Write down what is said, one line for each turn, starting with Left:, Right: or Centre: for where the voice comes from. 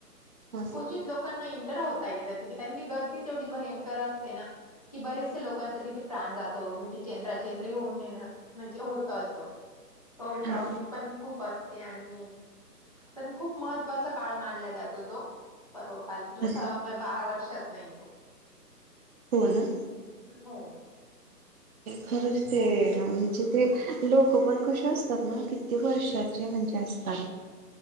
Right: हा
Left: क्चित लोकांना इंटर होता य तिथे कारण की गर्दी एवढी भयंकर असते ना कि बरेचसे लोांचा तिथे प्राण जातो म्हणजेंद्राचेंद्री होऊन म्हणजे होत अस तेवढ
Right: हा
Left: ट्रॉपिक पण खूप असते आणि पण खूप महत्त्वाचा काळ मानला जातो तो पर्व काल जो स
Right: हा
Left: बारा वर्षात नाही येतो
Right: हो ना
Left: हो
Right: खरंच ते म्हणजे ते लोक पण कसे असतात ना कि क वर्षाचे म्हणजे असतात